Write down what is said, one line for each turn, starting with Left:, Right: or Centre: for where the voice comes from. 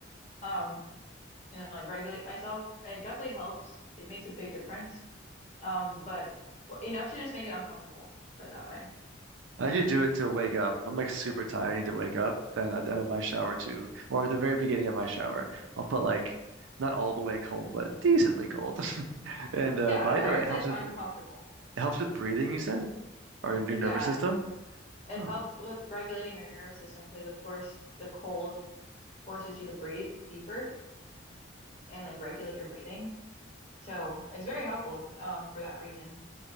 Left: Um, you know, like regulate myself. And it definitely helps. It makes a big difference. Um, but w- enough to just make it uncomfortable, put it that way.
Right: I usually do it to wake up. If I'm like super tired, I need to wake up. Then at the end of my shower too, or at the very beginning of my shower, I'll put like not all the way cold, but decently cold. <laughs> And uh,
Left: Yeah,
Right: but
Left: where
Right: I know it
Left: it's
Right: helps
Left: like
Right: with
Left: uncomfortable.
Right: it helps with breathing. You said? Our new
Left: Yeah,
Right: nervous system?
Left: it
Right: Oh,
Left: helps with regulating your nervous system because, of course, the cold forces you to breathe deeper and like regulate your breathing. So it's very helpful um for that reason.